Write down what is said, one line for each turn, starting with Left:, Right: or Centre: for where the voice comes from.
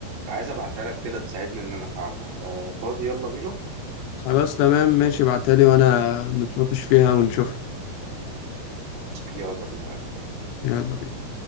Right: فعايز ابعتها لك كده تساعدني ان انا افهمها آه فاضي يلا بينا
Left: خلاص تمام ماشي ابعتها لي وانا نتناقش فيها ونشوف
Right: يلا بينا
Left: يلا بينا